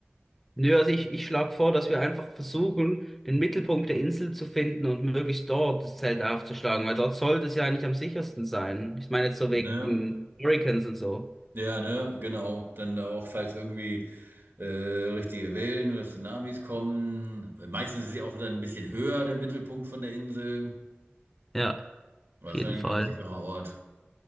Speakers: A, in the centre; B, on the right.
A: Nö, also ich, ich schlage vor, dass wir einfach versuchen, den Mittelpunkt der Insel zu finden und möglichst dort das Zelt aufzuschlagen, weil dort sollte es ja eigentlich am sichersten sein. Ich meine jetzt so wegen
B: Ne?
A: Hurricanes und so.
B: Ja, ne, genau. Dann auch, falls irgendwie äh, richtige Wellen oder Tsunamis kommen. Meistens ist sie auch dann ein bisschen höher, der Mittelpunkt von der Insel.
A: Ja,
B: Das
A: auf jeden
B: ist eigentlich
A: Fall.
B: ein ganz sicherer Ort.